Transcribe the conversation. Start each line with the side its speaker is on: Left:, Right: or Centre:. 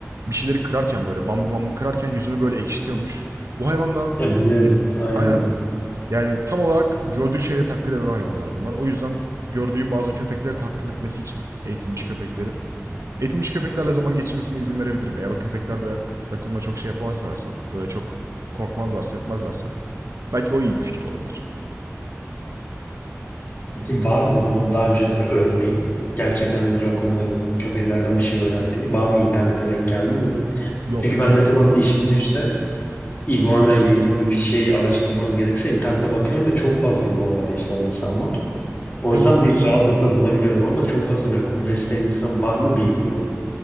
Right: bir şeyleri kırarken böyle bambu bambu kırarken yüzünü böyle ekşitiyormuş. Bu hayvan da
Left: Ya biliyorum aynen.
Right: aynen yani tam olarak gördüğü şeyleri taklit eden hayvanlar bunlar. O yüzden gördüğü bazı köpekleri taklit etmesi için eğitilmiş köpekleri eğitilmiş köpeklerle zaman geçirmesine izin verebilirim. Eğer o köpekler de Rakun'la çok şey yapamazlarsa böyle çok korkmazlarsa etmezlerse belki o iyi bir fikir olabilir.
Left: Peki var mı bunun daha önceden örneği? Gerçekten hani rakunların köpeklerden bir şey öğrendiği. Var mı internette denk geldi mi?
Right: Yok.
Left: Çünkü ben
Right: Rakun
Left: ne zaman işim düşse iguana ile ilgili bir şey araştırmam gerekse internete bakıyorum ve çok fazla iguana besleyen insan var. O
Right: Değil
Left: yüzden
Right: mi?
Left: bir rahatlıkla bulabiliyorum ama çok fazla rakun besleyen insan var mı bilmiyorum.